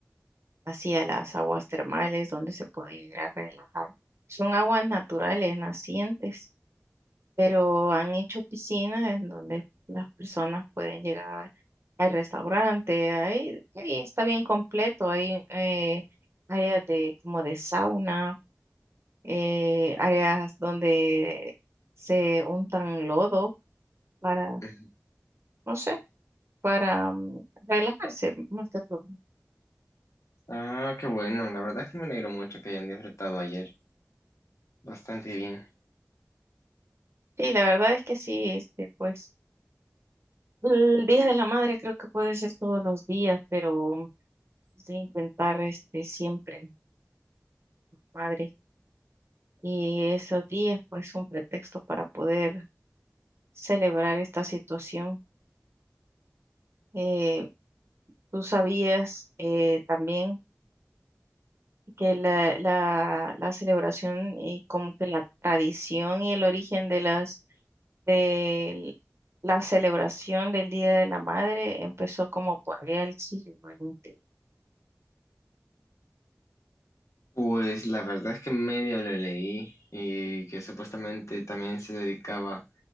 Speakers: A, on the right (about 55°); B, on the left (about 75°).
A: así a las aguas termales donde se podía ir a relajar. Son aguas naturales, nacientes pero han hecho piscinas en donde las personas pueden llegar al restaurante, ahí, ahí está bien completo, hay eh, áreas de como de sauna, eh, áreas donde se untan lodo para,
B: Ujú.
A: no sé, para mm, relajarse más que todo.
B: Ah, qué bueno, la verdad es que me alegro mucho que hayan disfrutado ayer, bastante bien.
A: Sí, la verdad es que sí, este, pues el Día de la Madre creo que puede ser todos los días, pero de intentar este siempre, Madre. y esos días pues un pretexto para poder celebrar esta situación. Eh, tú sabías eh, también que la, la, la celebración y como que la tradición y el origen de las de la celebración del Día de la Madre empezó como por allá el siglo XX.
B: Pues la verdad es que medio lo leí y que supuestamente también se dedicaba